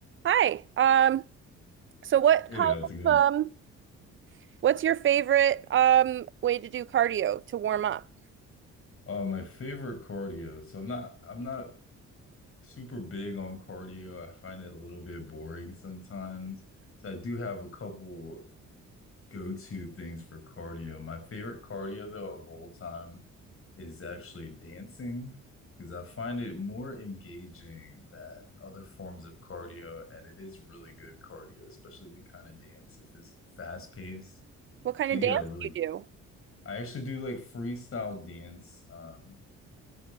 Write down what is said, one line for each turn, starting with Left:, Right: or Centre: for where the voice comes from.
Right: Hi. Um, so what
Left: Hey,
Right: kind
Left: how's it going?
Right: of um what's your favorite um way to do cardio to warm up?
Left: Uh, my favorite cardio. So I'm not I'm not super big on cardio. I find it a little bit boring sometimes. So I do have a couple go-to things for cardio. My favorite cardio though of all time is actually dancing because I find it more engaging than other forms of cardio, and it is really good cardio, especially the kind of dance if it's fast-paced.
Right: What kind
Left: So
Right: of
Left: you
Right: dance
Left: get a really
Right: do you do?
Left: I actually do like freestyle dance. Um